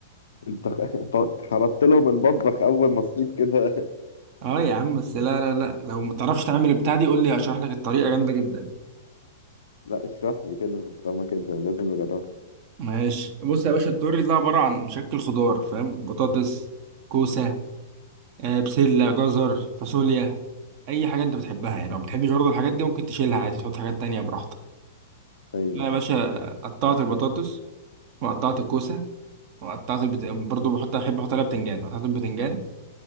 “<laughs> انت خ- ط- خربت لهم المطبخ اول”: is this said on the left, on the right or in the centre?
Left